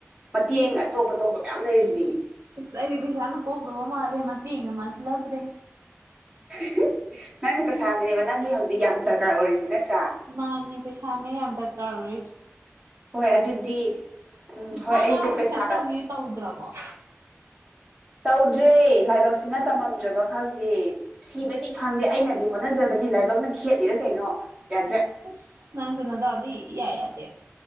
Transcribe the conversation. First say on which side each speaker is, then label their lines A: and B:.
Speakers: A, on the right (about 20°); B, on the right (about 70°).
A: ꯃꯇꯦꯡ ꯑꯇꯣꯞ ꯑꯇꯣꯞꯄ ꯃꯌꯥꯝ ꯂꯩꯔꯤꯁꯤꯗꯤ
B: ꯑꯁ ꯑꯩꯗꯤ ꯄꯩꯁꯥꯅ ꯀꯣꯛꯗꯧꯕ ꯃꯥꯜꯂꯦ ꯃꯇꯦꯡꯅ ꯃꯥꯜꯁꯤꯜꯂꯛꯇ꯭ꯔꯦ
A: <unintelligible> ꯅꯪꯒꯤ ꯄꯩꯁꯥꯁꯤꯅꯦꯕ ꯅꯪꯒꯤ ꯍꯧꯖꯤꯛ ꯌꯥꯝ ꯗꯔꯀꯥꯔ ꯑꯣꯏꯔꯤꯁꯤ ꯅꯠꯇ꯭ꯔꯥ
B: ꯃꯥꯅꯦ ꯄꯩꯁꯥꯅꯦ ꯌꯥꯝ ꯗꯔꯀꯥꯔ ꯑꯣꯏꯁ
A: ꯍꯣꯏ ꯑꯗꯨꯗꯤ ꯁꯠ ꯎꯝ ꯍꯣꯏ
B: ꯅꯪ ꯑꯉꯥꯡ
A: ꯑꯩꯁꯦ
B: ꯇꯨꯏꯁꯟ
A: ꯄꯩꯁꯥ
B: ꯇꯧꯅꯤ ꯇꯧꯗ꯭ꯔꯕꯣ
A: ꯇꯧꯗ꯭ꯔꯦ ꯂꯥꯏꯕꯛꯁꯤꯅ ꯇꯝꯃꯝꯗ꯭ꯔꯕ ꯈꯪꯗꯦ ꯊꯤꯕꯅꯤ ꯐꯪꯗꯦ ꯑꯩꯅꯗꯤ ꯍꯣꯠꯅꯖꯕꯅꯤ ꯂꯥꯏꯕꯛꯅ ꯈꯦꯠꯂꯤꯔ ꯀꯩꯅꯣ ꯌꯥꯗ꯭ꯔꯦ
B: ꯑꯁ ꯅꯪꯁꯨ ꯅꯗꯧꯗꯤ ꯏꯌꯥ ꯌꯥꯗꯦ